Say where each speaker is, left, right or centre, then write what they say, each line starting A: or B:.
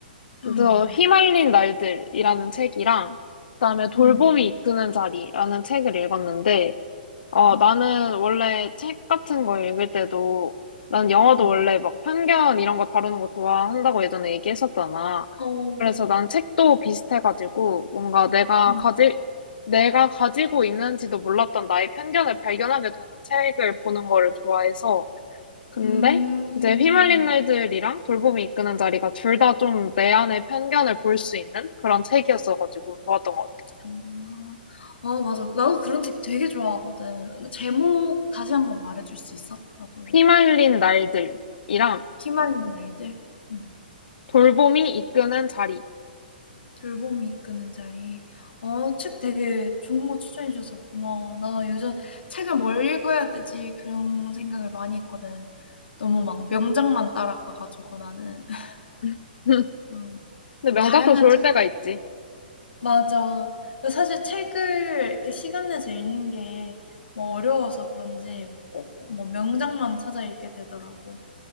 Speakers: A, on the left; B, on the left.
A: 그래서
B: 음.
A: 휘말린 날들이라는 책이랑, 그다음에 돌봄이
B: 음.
A: 이끄는 자리라는 책을 읽었는데, 어,
B: 어.
A: 나는 원래 책 같은 거 읽을 때도, 난 영화도
B: 음.
A: 원래 막 편견 이런 거 다루는 거 좋아한다고 예전에 얘기했었잖아.
B: 어.
A: 그래서 난 책도 비슷해가지고, 뭔가 내가
B: 음.
A: 가지, 내가 가지고 있는지도 몰랐던 나의 편견을 발견하게 되는 책을 보는 거를 좋아해서. 근데
B: 음.
A: 이제 휘말린 날들이랑 돌봄이 이끄는 자리가 둘 다 좀 내 안의 편견을 볼 수 있는 그런 책이었어가지고 좋았던 것 같아.
B: 아. 아 맞아. 나도 그런 책 되게 좋아하거든. 그 제목 다시 한번 말해 줄 수 있어? 나도
A: 휘말린 날들이랑
B: "피말리는 날들." 음.
A: 돌봄이 이끄는 자리.
B: "돌봄이 이끄는 자리." 어 책 되게 좋은 거 추천해 줘서 고마워. 나 요즘 '책을 뭘 읽어야 되지?' 그런 생각을 많이 했거든. 너무 막 명작만 따라가 가지고 나는 <laughs>
A: <laughs> 근데
B: 좀 좀
A: 명작도
B: 다양한
A: 좋을
B: 책
A: 때가 있지.
B: 맞아. 그 사실 책을 이렇게 시간 내서 읽는 게 뭐 어려워서 그런지 꼭 뭐 명작만 찾아 읽게 되더라고.